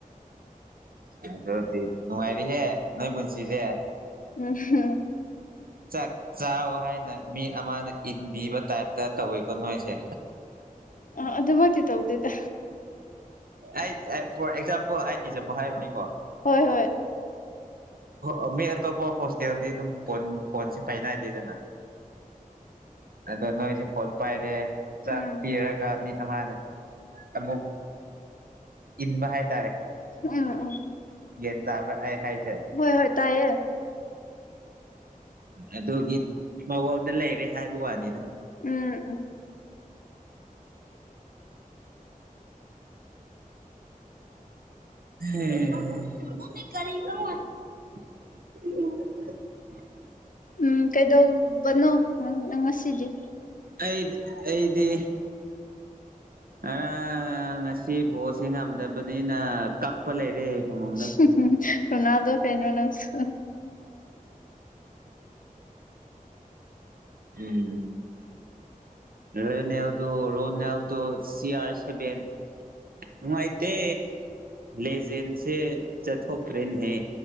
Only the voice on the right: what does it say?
ꯑꯗꯨꯗꯤ ꯅꯨꯡꯉꯥꯏꯔꯤꯍꯦ ꯅꯣꯏ ꯄꯨꯟꯁꯤꯁꯦ
ꯆꯥꯛ ꯆꯥꯎꯑꯣ ꯍꯥꯏꯅ ꯃꯤ ꯑꯃꯅ ꯏꯟꯕꯤꯕ ꯇꯥꯏꯞꯇ ꯇꯧꯋꯤꯀꯣ ꯅꯣꯏꯁꯦ
ꯑꯩ ꯐꯣꯔ ꯑꯦꯛꯖꯥꯝꯄꯜ ꯑꯩ ꯏꯛꯖꯝꯄꯜ ꯍꯥꯏꯕꯅꯤꯀꯣ
ꯑꯣ ꯃꯤ ꯑꯇꯣꯞꯄ ꯍꯣꯁꯇꯦꯜꯗꯤ ꯑꯗꯨꯝ ꯐꯣꯟ ꯐꯣꯟꯁꯤ ꯄꯥꯏꯅꯏꯗꯦꯗꯅ ꯑꯗꯣ ꯅꯣꯏꯁꯦ ꯐꯣꯟ ꯄꯥꯏꯔꯦ ꯆꯥꯛ
ꯄꯤꯔꯒ ꯃꯤꯠ ꯑꯃꯗ ꯑꯃꯨꯛ ꯏꯟꯕ ꯍꯥꯏꯇꯥꯔꯦ
ꯒꯌꯥꯟ ꯇꯥꯕ꯭ꯔꯥ ꯑꯩ ꯍꯥꯏꯁꯦ
ꯑꯗꯨꯒꯤ ꯃꯑꯣꯡꯗ ꯂꯩꯔꯦ ꯍꯥꯏꯕ ꯋꯥꯅꯤꯗ
<inaudible>
ꯑꯩ ꯑꯩꯗꯤ ꯑꯥ ꯉꯁꯤ ꯕꯣꯜꯁꯤ ꯉꯝꯗꯕꯅꯤꯅ ꯀꯞꯄ ꯂꯩꯔꯦ ꯐꯃꯨꯡꯗ
ꯎꯝ ꯔꯅꯦꯜꯗꯣ ꯔꯣꯅꯥꯜꯗꯣ ꯁꯤꯌꯥꯔ ꯁꯚꯦꯟ ꯅꯨꯡꯉꯥꯏꯇꯦ ꯂꯦꯖꯦꯟꯁꯦ ꯆꯠꯊꯣꯛꯈ꯭ꯔꯦꯅꯦꯍꯦ